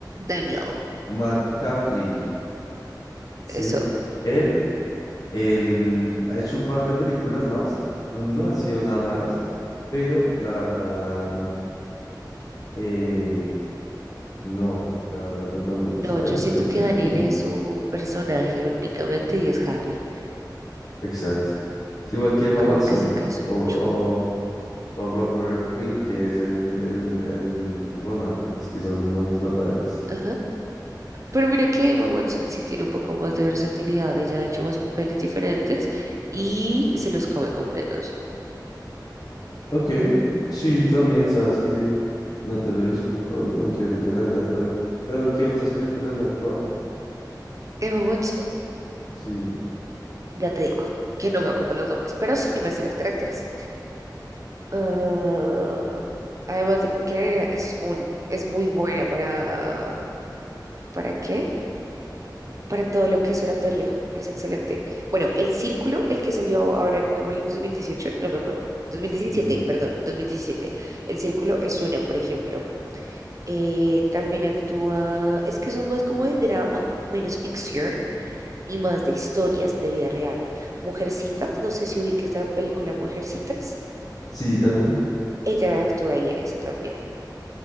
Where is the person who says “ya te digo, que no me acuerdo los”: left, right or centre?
Right